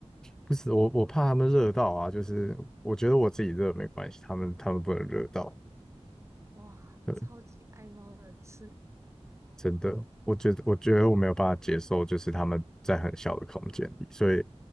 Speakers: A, in the centre; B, on the right.
A: 不是我我怕他们热到啊，就是我觉得我自己热没关系，他们他们不能热到。
B: <laughs> 哇，
A: 对
B: 超级爱猫的人士，
A: 真的，我觉得我觉得我没有办法接受，就是他们在很小的空间里，所以